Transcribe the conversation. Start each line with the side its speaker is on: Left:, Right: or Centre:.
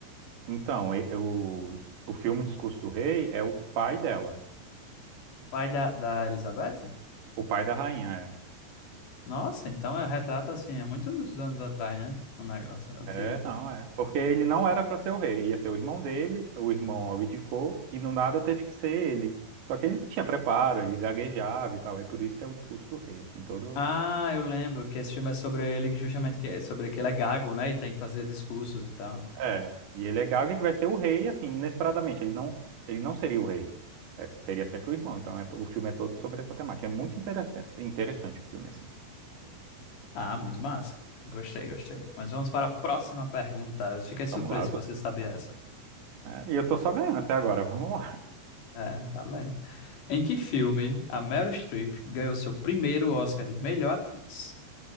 Right: Então, e- o, o filme Discurso do Rei é o pai dela.
Left: Pai da, da Elizabeth?
Right: O pai da rainha,
Left: Nossa, então é retrato assim, é muitos anos atrás, né? Um negócio antigo.
Right: é. É, não, é. Porque ele não era para ser o rei, ia ser o irmão dele, o irmão abdicou e no nada teve que ser ele. Só que ele não tinha preparo, ele gaguejava e tal, é por isso que é o discurso do rei, assim, todo.
Left: Ah, eu lembro que esse filme é sobre ele, que justamente que é sobre que ele é gago, né? E tem que fazer discursos e tal.
Right: É. E ele é gago e vai ser o rei, assim, inesperadamente. Ele não, ele não seria o rei, É, seria sempre o irmão. Então é to- o filme é todo sobre essa temática. É muito interessante, interessante o filme, assim.
Left: Ah, muito massa. Gostei, gostei. Mas vamos para a próxima pergunta. Eu fiquei surpreso
Right: Vamos lá, eu
Left: que
Right: tô-
Left: você sabia essa.
Right: é, e eu tô só ganhando até agora, vamos lá.
Left: É, tá bem. Em que filme a Meryl Streep ganhou seu primeiro Oscar de melhor atriz?